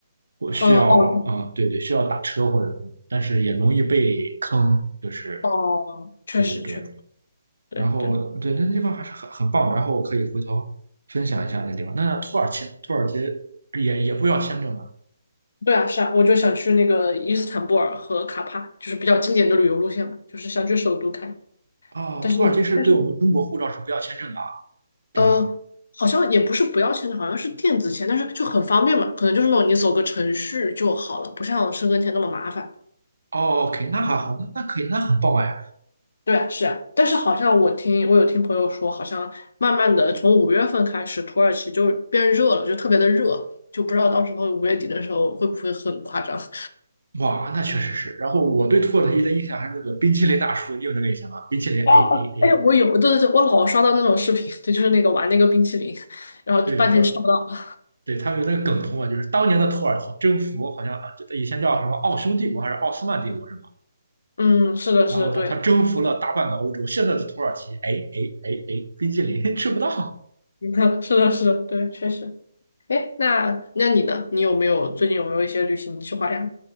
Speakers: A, on the right; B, on the left.
A: 我需要，
B: 嗯，哦
A: 嗯，对对，需要打车或者，什么，但是也容易被坑，就是
B: 哦，确实确实，
A: 对对对。
B: 对对
A: 然后对，那个地方还是很很棒的然后我可以回头分享一下那地方。那土耳其，土耳其也也不要签证啊？
B: 对啊，是啊，我就想去那个伊斯坦布尔和卡帕，就是比较经典的旅游路线嘛，就是想去首都看，
A: 哦，
B: 但是但是。
A: 土耳其是对我们中国护照是不要签证的啊？这样，
B: 呃，好像也不是不要钱的，好像是电子签，但是就很方便嘛，可能就是那种你走个程序就好了，不像申根签那么麻烦。
A: 哦，OK，那还好，那那可以，那很棒哎，
B: 对啊，是啊，但是好像我听我有听朋友说，好像慢慢的从五月份开始，土耳其就变热了，就特别的热，就不知道到时候五月底的时候会不会很夸张。<laughs>
A: 哇，那确实是。然后我对土耳其的印象还是那个冰淇淋大叔，你有那个印象吗？冰淇淋，a a
B: 哦哦，
A: a
B: 哎，
A: 哎，
B: 我有，对对对，我老刷到那种视频，对，就是那个玩那个冰淇淋，然后半天吃不到。
A: 对，说对，他们有那个梗图嘛，就是当年的土耳其征服好像啊这以前叫什么奥匈帝国还是奥斯曼帝国是吧？
B: 嗯，是的，
A: 然后他他征服了大半个欧洲，
B: 是的，对，
A: 现在的土耳其，哎哎哎哎，冰激凌吃不到。
B: <laughs> 是的，是的，对，确实。哎，那那你呢？你有没有最近有没有一些旅行计划呀？